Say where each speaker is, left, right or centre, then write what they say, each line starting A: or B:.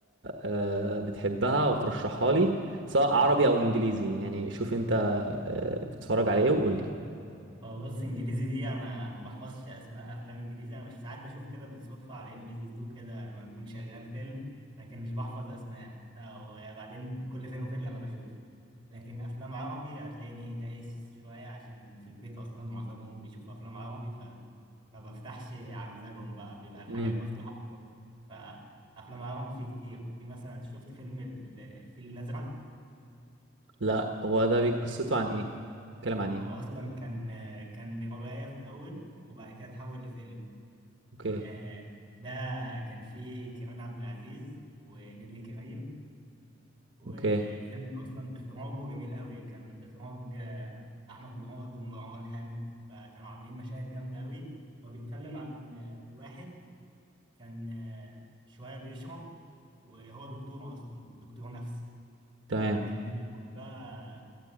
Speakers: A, on the right; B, on the right.
A: أه بتحبها وترشحها لي سواء عربي او انجليزي يعني شوف انت أه بتتفرج على ايه وقول
B: آه، بص انجليزي دي انا ما بحفظش اسماء افلام انجليزي انا مش ساعات بشوف كده بالصدفه على ام بي سي 2 كده لما بكون شغال فيلم لكن مش بحفظ اسماء آه، وبعدين كل فين وفين لما بشوف لكن افلام عربي هتلاقيني دايس شويه عشان في البيت اصلا معظمهم بيشوفوا افلام عربي فما بفتحش على مزاجهم بقى بيبقى الحاجه
A: لي
B: المفتوحه فافلام عربي فيه كتير في مثلا شفت فيلم ال- الفيل الازرق
A: لا هو ده بي- قصته عن ايه بيتكلم عن ايه
B: هو اصلا كان كان روايه في الاول وبعد كده اتحول لفيلم
A: اوكي
B: آه، ده كان فيه كريم عبد العزيز ونيللي كريم والفيلم
A: اوكي
B: ده اصلا اخراجه جميل قوي كان من اخراج آه، احمد مراد ومروان حامد فكانوا عاملين مشاهد جامده قوي هو بيتكلم عن آه، واحد كان آه، شويه بيشرب وهو دكتور اصلا دكتور نفسي
A: تمام
B: وكان بيشرب بقى